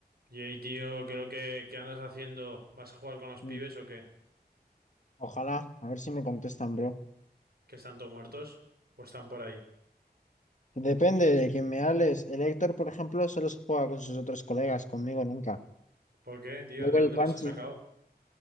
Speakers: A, on the right; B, on the left.
A: Y Yey, tío, creo que ¿qué andas haciendo? ¿Vas a jugar con los pibes
B: Mm,
A: o qué?
B: Ojalá, a ver si me contestan, bro.
A: ¿Que están todos muertos? ¿O están por ahí?
B: Depende de quién me hables. El Héctor, por ejemplo, solo se juega con sus otros colegas, conmigo nunca.
A: ¿Por qué, tío?
B: Luego
A: ¿De dónde
B: el Panchi,
A: los has sacado?